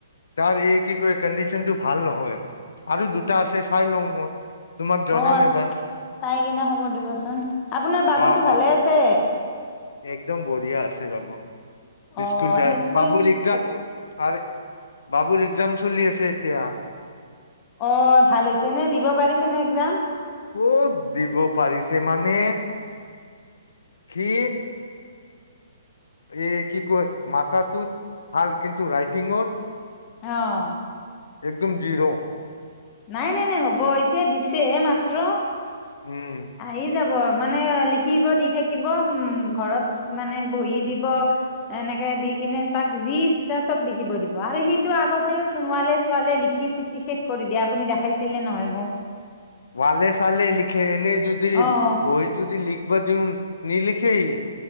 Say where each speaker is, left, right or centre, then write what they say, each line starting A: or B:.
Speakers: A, on the left; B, on the left.
A: তাৰ এই কি কয় কণ্ডিশনটো ভাল নহয় আৰু দুটা আছে চাই লওঁ মই। তোমাক জনাম
B: অ',
A: এবাৰ
B: চাই কিনে খবৰ দিবচোন। আপোনাৰ বাবুটো
A: অ
B: ভালে
A: অ
B: আছে?
A: একদম বঢ়িয়া আছে, বাবু
B: অ
A: স্কুল যায়,
B: এনে স্কুল
A: বাবুৰ ৰিকজাত আৰে বাবুৰ এক্সাম চলি আছে এতিয়া।
B: অ' ভাল হৈছে নে, দিব পাৰিছেনে এক্সাম?
A: ক'ত দিব পাৰিছে মানে সি এ কি কয় মাটা টোত ভাল কিন্তু ৰাইটিংঅত
B: অহ'
A: একদম জি'ৰ।
B: নাই নাই নাই হ'ব, এতিয়া দিছেহে মাত্ৰ।
A: উম
B: আহি যাব মানে লিখিব দি থাকিব উম, ঘৰত মানে বহি দিব এনেকে দি কিনে তাক যি ইচ্ছা চ'ব লিখিব দিব, আৰে সিটো আগতেও চোন ওৱালে চোৱালে লিখি চিকি শেষ কৰি দিয়া আপুনি দেখাইছিল নহয় মোক।
A: ওৱালে চোৱালে লিখে এনে যদি
B: অ'।
A: বহিত যদি লিখিব দিওঁ নিলিখে ই।